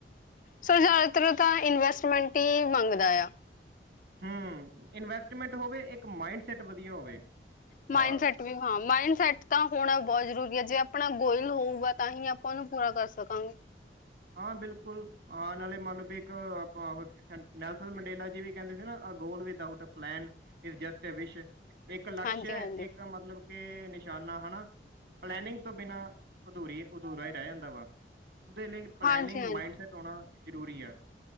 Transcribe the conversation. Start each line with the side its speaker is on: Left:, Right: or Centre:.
Left: ਸੋ ਜ਼ਿਆਦਾਤਰ ਤਾਂ ਇਨਵੈਸਟਮੈਂਟ ਹੀ ਮੰਗਦਾ ਆ।
Right: ਹਮ, ਇਨਵੈਸਟਮੈਂਟ ਹੋਵੇ, ਇੱਕ ਮਾਇੰਡ ਸੈਟ ਵਧੀਆ ਹੋਵੇ।
Left: ਮਾਇੰਡਸੈਟ
Right: ਬਸ
Left: ਵੀ ਹਾਂ ਮਾਇੰਡ ਸੈਟ ਤਾਂ ਹੋਣਾ ਬਹੁਤ ਜਰੂਰੀ ਹੈ ਜੇ ਆਪਣਾ ਗੋਇਲ ਹੋਊਗਾ ਤਾਂ ਹੀ ਆਪਾਂ ਉਹਨੂੰ ਪੂਰਾ ਕਰ ਸਕਾਂਗੇ।
Right: ਹਾਂ, ਬਿਲਕੁਲ। ਆ ਨਾਲੇ ਮੰਨ ਲਓ ਵੀ ਇੱਕ ਆਪਾਂ ਨੈਲਸਨ ਮੰਡੇਲਾ ਜੀ ਵੀ ਕਹਿੰਦੇ ਸੀ ਨਾ goal without a plan just a wish ਇੱਕ ਲਕਸ਼
Left: ਹਾਂਜੀ
Right: ਹੈ,
Left: ਹਾਂਜੀ
Right: ਇੱਕ ਮਤਲਬ ਕੇ ਨਿਸ਼ਾਨਾ ਹੈਨਾ? ਪਲੈਨਿੰਗ ਤੋਂ ਬਿਨਾਂ ਅਧੂਰੀ ਅਧੂਰਾ ਹੀ ਰਹਿ ਜਾਂਦਾ ਵਾ, ਉਹਦੇ ਲਈ ਪਲੈਨਿੰਗ,
Left: ਹਾਂਜੀ ਹਾਂਜੀ
Right: ਮਾਈਂਡਸੈਟ ਹੋਣਾ ਜ਼ਰੂਰੀ ਆ।